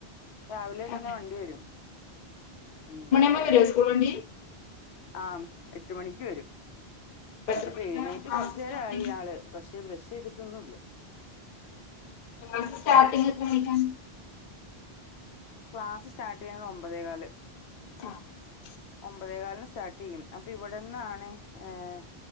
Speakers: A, on the left (about 85°); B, on the left (about 50°).
A: രാവിലെ തന്നെ
B: അതെ
A: വണ്ടി വരും ഉം
B: എപ്പോ വരും സ്കൂൾ വണ്ടി
A: ആഹ് എട്ട് മണിക്ക് വരും
B: അപ്പ എത്ര
A: അപ്പോ ഇപ്പൊ
B: മണിക്കാ
A: എഴുന്നേറ്റ്
B: ക്ലാസ്
A: കൊറച്ചുനേരായി
B: സ്റ്റാർട്ടിങ്
A: ആള് പക്ഷേ ബ്രഷ് ചെയ്തിട്ടൊന്നുല്ല
B: നിങൾക്ക് സ്റ്റാട്ടിംഗ് എത്ര മണിക്ക
A: ക്ലാസ് സ്റ്റാർട്ട് ചെയ്യുന്നത് ഒമ്പതേകാല്
B: ആഹ്
A: ഒമ്പതേകാലിന് സ്റ്റാർട്ട് ചെയ്യും അപ്പൊ ഇവിടെന്നാണ് ഏഹ്